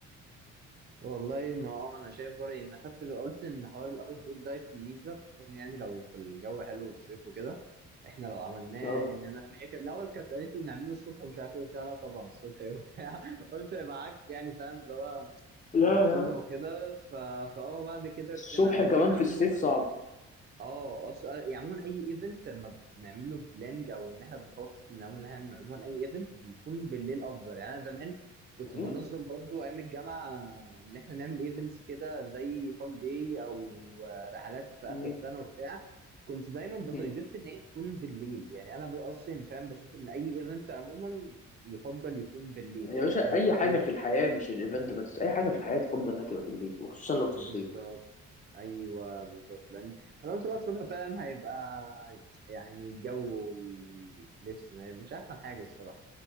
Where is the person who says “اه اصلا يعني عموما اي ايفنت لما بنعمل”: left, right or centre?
Right